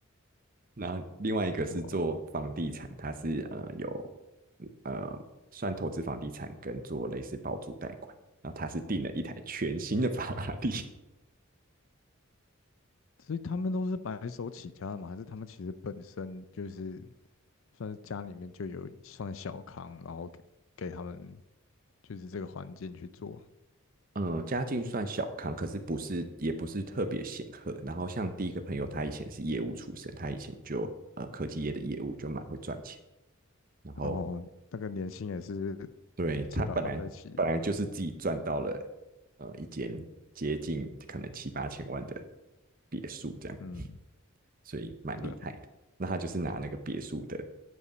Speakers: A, on the right (about 40°); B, on the left (about 65°).
A: 那另外一个是做房地产，
B: 哇，
A: 他是呃有呃算投资房地产跟做类似包租贷款。然后他是订了一台全新的法拉利，
B: 所以他们都是白手起家的嘛，还是他们其实本身就是算是家里面就有算小康，然后给给他们就是这个环境去做，
A: <laughs> 嗯，家境算小康，可是不是也不是特别显赫。然后像第一个朋友，他以前是业务出身，他以前就呃科技业的业务就蛮会赚钱，然后
B: 然后那个年薪也是。
A: 对他本来本来就是自己赚到了呃一间接近可能七八千万的
B: 几百万在起的。
A: 别墅这样。
B: 嗯，
A: 所以蛮厉害的。
B: 对啊，
A: 那他就是拿那个别墅的